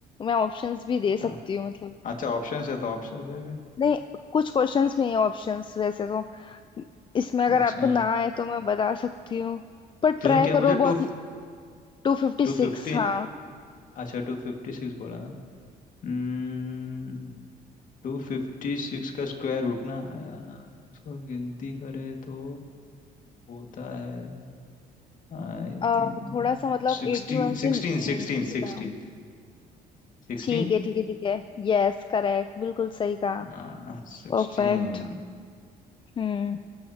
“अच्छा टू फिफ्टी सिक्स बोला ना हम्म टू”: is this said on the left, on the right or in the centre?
Left